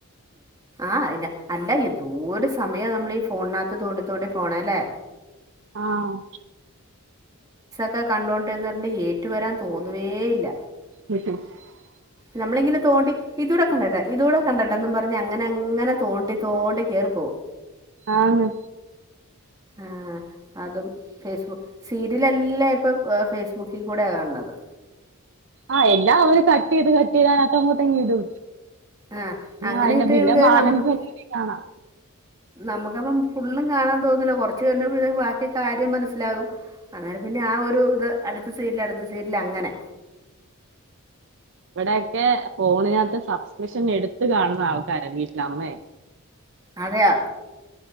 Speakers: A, on the right; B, on the right.
A: ആഹ് അതിന് അല്ല എന്തോ ഒരു സമയവാ നമ്മളീ ഫോണിനകത്ത് തോണ്ടി തോണ്ടി പോണേ അല്ലേ
B: ആഹ്
A: ഇതൊക്കെ കണ്ടോണ്ട് ഇരുന്നാ പിന്നെ ഏറ്റു വരാൻ തോന്നുവേ ഇല്ല.
B: ഉം <inaudible>
A: നമ്മള് ഇങ്ങനെ തോണ്ടി ഇതൂടെ കണ്ടട്ട് ഇതൂടെ കണ്ടട്ടെന്നും പറഞ്ഞ് അങ്ങനെ അങ്ങനെ തോണ്ടി തോണ്ടി കേറി പോവും
B: ആന്ന്
A: ആഹ് അതും ഫേസ്ബുക്ക് സീരിയലെല്ലാം ഇപ്പം ഫേസ്ബുക്കിൽ കൂടെയാ കാണുന്നത്
B: ആഹ് എ എല്ലാം അവര് കട്ട് ചെയ്ത് കട്ട്‌ ചെയ്ത് അതിനകത്തങ്ങോട്ട് അങ്ങ് ഇടും
A: ആഹ്
B: <unintelligible>
A: അങ്ങനെ
B: അയിന്റെ
A: ഇട്ട്
B: പിന്നെ
A: കഴിയുമ്പഴേ
B: ബാലൻസ്
A: നമുക്ക്
B: കാണാം.
A: നമുക്കപ്പം ഫുള്ളും കാണാൻ തോന്നില്ല കൊറച്ചു കണ്ടപ്പോഴേക്കും ബാക്കി കാര്യം മനസ്സിലാകും അന്നേരം പിന്നെ ആ ഒരു ഇത് അടുത്ത സീരിയല് അടുത്ത സീരിയല് അങ്ങനെ
B: ഇവിടൊക്കെ ഫോണിനകത്ത് സബ്സ്ക്രിപ്ഷൻ എടുത്ത് കാണുന്ന ആൾക്കാരാ വീട്ടില് അമ്മയ്
A: അതെയോ